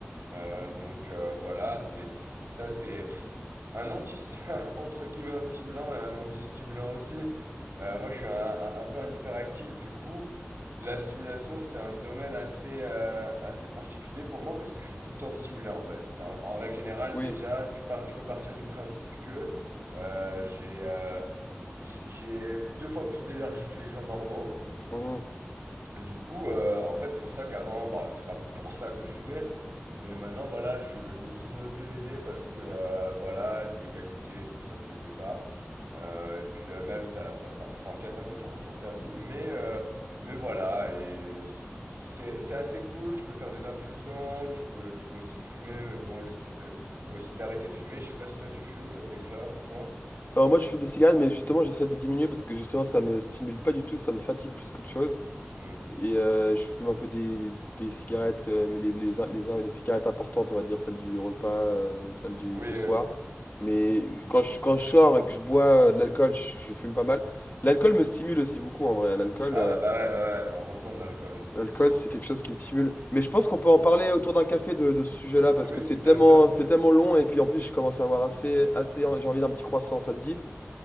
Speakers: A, on the right (about 75°); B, on the left (about 50°).
A: Euh, donc euh, voilà, c'est ça c'est un anti <laughs> entre guillemets un stimulant et un anti-stimulant aussi. Euh, moi, je suis un, un, un peu un hyperactif, du coup, la stimulation, c'est un domaine assez, euh, assez particulier pour moi parce que je suis tout le temps stimulé en fait. En, en règle générale,
B: Oui.
A: déjà, tu, par tu peux partir du principe que euh, j'ai euh, j'ai j'ai deux fois plus d'énergie que les gens normaux
B: mhm.
A: du coup, euh, en fait, c'est pour ça qu'avant, bah, c'est pas pour ça que je fumais, mais maintenant, voilà, je, je me suis mis au CBD parce que, euh, voilà, l'illégalité et tout, ça me plaisait pas. Euh, et puis, euh, même, ça, ça, t'en- ça empiète un peu trop sur ta vie, mais, euh, mais voilà, et c'est, c'est assez cool. Tu peux faire des infusions, tu peux, tu peux aussi le fumer, mais bon, j'essaie de, aussi d'arrêter de fumer. Je sais pas si toi tu fumes euh, des clopes ou quoi.
B: Alors moi je fume des cigarettes, mais justement j'essaie de diminuer parce que justement ça me stimule pas du tout, ça me fatigue plus qu'autre chose.
A: Hmm.
B: Et euh, je fume un peu des, des cigarettes, euh, mais les, les, les- les cigarettes importantes, on va dire, celles du repas, euh, celles du,
A: Oui,
B: du soir.
A: oui.
B: Mais quand je, quand je sors et que je bois euh, de l'alcool, je, je fume pas mal. L'alcool me stimule aussi beaucoup en vrai. L'alcool...
A: Ah
B: euh,
A: ouais, bah ouais, bah ouais, parlons-en de l'alcool.
B: L'alcool, c'est quelque chose qui me stimule. Mais je pense qu'on peut en parler autour d'un café de, de ce sujet-là, parce
A: Oui,
B: que c'est
A: bien
B: tellement,
A: sûr.
B: c'est tellement long, et puis en plus, je commence à avoir assez, assez, j'ai envie d'un petit croissant, ça te dit?